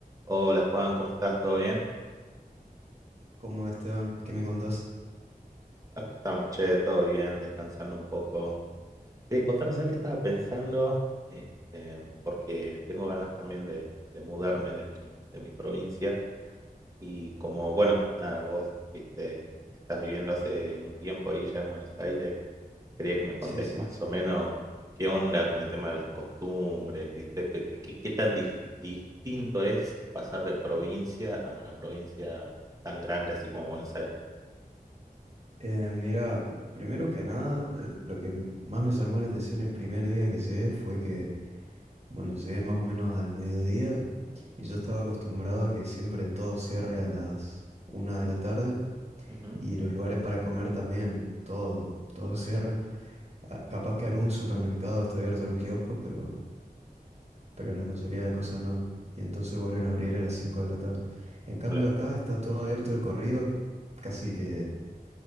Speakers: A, on the right; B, on the right.
A: Hola Juan, ¿cómo estás? ¿Todo bien?
B: ¿Cómo Esteban? ¿Qué me contás?
A: Acá estamos, che, todo bien, descansando un poco. Sí, contame, ¿sabes qué estaba pensando? Este, porque tengo ganas también de, de mudarme de mi, de mi provincia. Y como, bueno, nada, vos, viste, estás viviendo hace un tiempo ahí ya en Buenos Aires. Quería que me contés
B: Sí, sí.
A: más o menos qué onda con el tema de las costumbres, viste, qué, qué, qué- qué tan dif- distinto es pasar de provincia a una provincia tan grande así como Buenos Aires.
B: Eh, mira, primero que nada, lo que más me llamó la atención el primer día que llegué fue que, bueno, llegué más o menos al mediodía y yo estaba acostumbrado a que siempre todo cierre a las una de la tarde
A: Ujú,
B: y los lugares para comer también, todo, todo cierra. Ah, Capaz que algún supermercado está abierto, algún kiosco, pero, pero la mayoría de cosas no. Y entonces vuelven a abrir a las cinco de la tarde. En cambio
A: claro.
B: acá está todo abierto de corrido, casi que